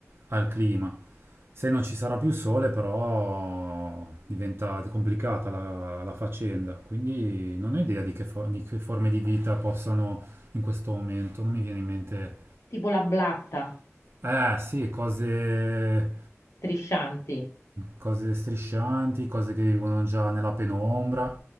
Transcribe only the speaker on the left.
Tipo la blatta,
striscianti.